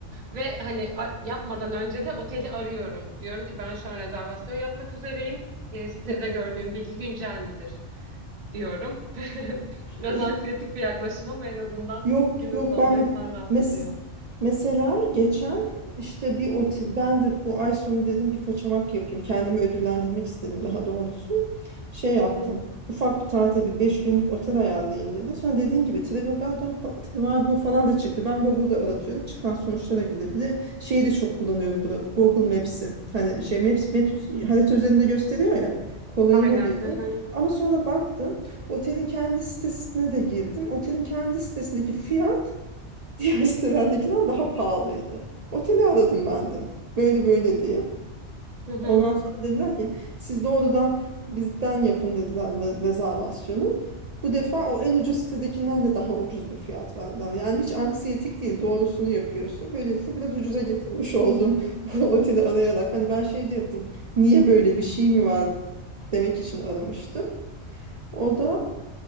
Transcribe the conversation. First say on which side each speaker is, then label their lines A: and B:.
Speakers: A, on the right (about 45°); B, on the right (about 80°).
A: Ve hani a- yapmadan önce de oteli arıyorum. Diyorum ki ben şu an rezervasyon yapmak üzereyim. E, sitede
B: Evet.
A: gördüğüm bilgi güncel midir diyorum. <laughs> Biraz
B: İ-
A: anksiyetik bir yaklaşım ama en azından.
B: Yok
A: Günün
B: yok
A: sonunda
B: ben
A: insan rahat
B: mes
A: ediyor.
B: mesela geçen işte bir otel ben de bu ay sonu dedim bir kaçamak yapayım. Kendimi ödüllendirmek istedim daha doğrusu. Şey yaptım.
A: Hı hı.
B: Ufak bir tatil bir 5 günlük otel ayarlayayım dedim. Sonra dediğin gibi Trivago'dan fa- Trivago falan da çıktı. Ben Google'da aratıyorum. Çıkan sonuçlara göre bir de şeyi de çok kullanıyorum burada. Google Maps'i. Hani şey Maps, Maps harita üzerinde gösteriyor ya. Kolayıma
A: Aynen.
B: geliyor.
A: Hı hı.
B: Ama sonra baktım. Otelin kendi sitesine de girdim. Otelin kendi sitesindeki fiyat <laughs> diğer sitelerdekinden daha pahalıydı. Oteli aradım ben de. Böyle böyle diye.
A: Hı hı.
B: Ondan sonra dediler ki siz doğrudan bizden yapın dediler re- rezervasyonu. Bu defa o en ucuz sitedekinden de daha ucuz bir fiyat verdiler. Yani hiç anksiyetik değil doğrusunu yapıyorsun. Böylelikle biraz ucuza getirmiş oldum <laughs> bu oteli arayarak. Hani ben şey diyordum niye böyle bir şey mi var demek için aramıştım. O da